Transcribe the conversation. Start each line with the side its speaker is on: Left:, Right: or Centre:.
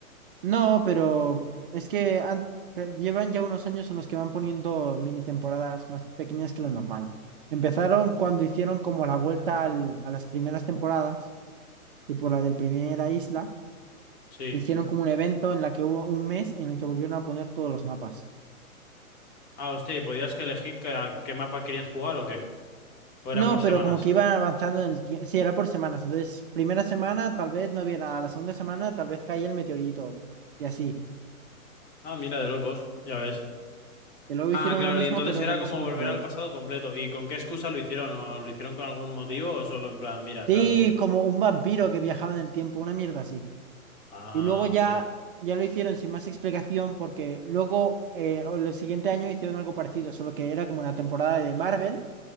Right: No, pero es que han- eh, llevan ya unos años en los que van poniendo mini temporadas más pequeñas que lo normal. Empezaron cuando hicieron como la vuelta al- a las primeras temporadas, tipo la del Primera Isla,
Left: Sí.
Right: hicieron como un evento en la que hubo un mes en el que volvieron a poner todos los mapas.
Left: Ah, hostia, ¿y podías que elegir que- a qué mapa querías jugar o qué? ¿O
Right: No,
Left: era por semanas?
Right: pero como que iban avanzando en el tiempo. Sí, era por semanas. Entonces, primera semana tal vez no había nada, la segunda semana tal vez caía el meteorito y así.
Left: Ah, mira, de locos, ya ves.
Right: Y luego hicieron
Left: Ah, claro,
Right: lo mismo,
Left: y entonces
Right: pero
Left: era
Right: con
Left: como
Right: Snoop
Left: volver
Right: Dogg.
Left: al pasado completo. ¿Y con qué excusa lo hicieron? ¿O lo hicieron con algún motivo o solo en plan, mira,
Right: Sí,
Left: tal, vol-
Right: como un vampiro que viajaba en el tiempo, una mierda así.
Left: Ah,
Right: Y luego ya,
Left: hostia.
Right: ya lo hicieron sin más explicación, porque luego, eh, o el siguiente año hicieron algo parecido, solo que era como una temporada de Marvel.